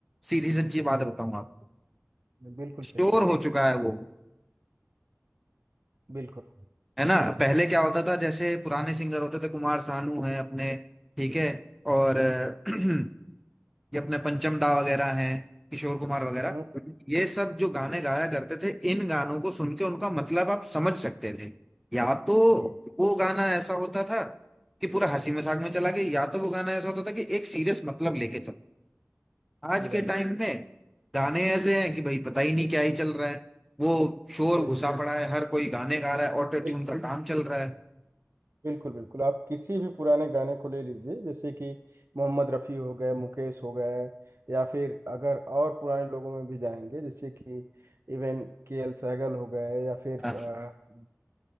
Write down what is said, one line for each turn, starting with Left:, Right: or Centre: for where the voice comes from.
Centre: सीधी सच्ची बात
Right: हम्म
Centre: बताऊं आपको
Right: बिल्कुल
Centre: शोर
Right: सही कहा आपने
Centre: हो चुका है वो
Right: बिल्कुल
Centre: है ना पहले क्या होता था जैसे पुराने सिंगर होते थे कुमार सानू है अपने ठीक है और <clears throat> ये अपने पंचम दा वगैरह हैं किशोर कुमार वगैरह
Right: हम्म
Centre: ये सब जो गाने गाया करते थे इन गानों को सुन के उनका मतलब आप समझ सकते थे या तो
Right: जी
Centre: वो गाना ऐसा होता था कि पूरा हंसी मजाक में चला गया या तो वो गाना ऐसा होता था कि एक सीरियस मतलब लेके चला आज के
Right: राय
Centre: टाइम में गाने ऐसे हैं कि भाई पता ही नहीं क्या ही चल रहा है वो शोर
Right: जैसे
Centre: घुसा पड़ा है हर कोई गाने गा रहा है ऑटो
Right: बिल्कुल
Centre: ट्यून का काम चल रहा है
Right: बिल्कुल बिल्कुल आप किसी भी पुराने गाने को ले लीजिए जैसे कि मोहम्मद रफ़ी हो गए मुकेश हो गए या फिर अगर और पुराने लोगों में भी जाएंगे जैसे कि इवन के एल सहगल हो गए या फिर
Centre: हाँ
Right: बहुत